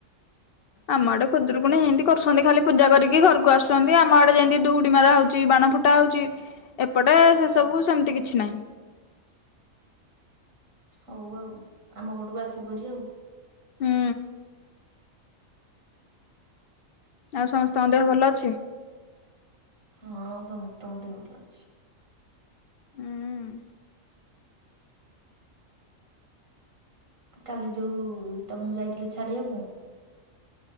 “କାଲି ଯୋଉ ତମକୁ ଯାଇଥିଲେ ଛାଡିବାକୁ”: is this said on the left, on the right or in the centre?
Right